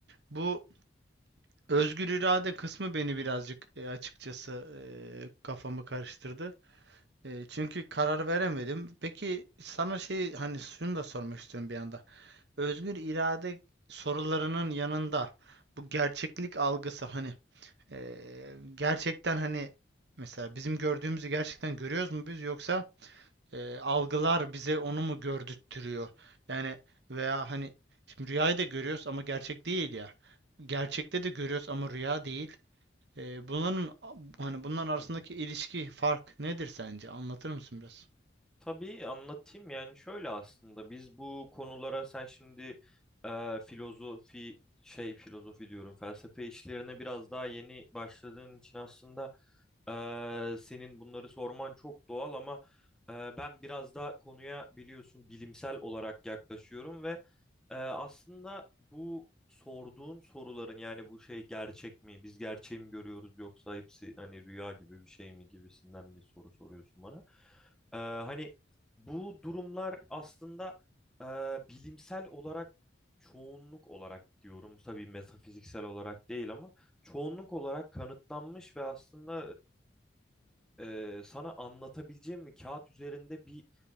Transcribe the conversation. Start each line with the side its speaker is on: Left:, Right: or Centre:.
Right: bu özgür irade kısmı beni birazcık e, açıkçası e, kafamı karıştırdı. E, çünkü karar veremedim. Peki sana şey hani şunu da sormak istiyorum bir anda. Özgür irade sorularının yanında bu gerçeklik algısı hani Eee, gerçekten hani mesela bizim gördüğümüzü gerçekten görüyoruz mu biz yoksa eee, algılar bize onu mu gördürtüyor? Yani veya hani şimdi rüyayı da görüyoruz ama gerçek değil ya. Gerçekte de görüyoruz ama rüya değil. Eee, bunların hani bunların arasındaki
Centre: Hı hı.
Right: ilişki, fark nedir sence? Anlatır mısın biraz?
Centre: Tabii anlatayım yani şöyle aslında biz bu konulara sen şimdi e, filozofi şey filozofi diyorum felsefe işlerine biraz daha yeni başladığın için aslında e, senin bunları sorman çok doğal ama e, ben biraz da konuya biliyorsun bilimsel olarak yaklaşıyorum ve e, aslında bu sorduğun soruların yani bu şey gerçek mi biz gerçeği mi görüyoruz yoksa hepsi hani rüya gibi bir şey mi gibisinden bir soru soruyorsun bana. Ee, hani bu durumlar aslında e, bilimsel olarak çoğunluk olarak diyorum tabii metafiziksel olarak değil ama çoğunluk olarak kanıtlanmış ve aslında e, e, sana anlatabileceğim bir kağıt üzerinde bir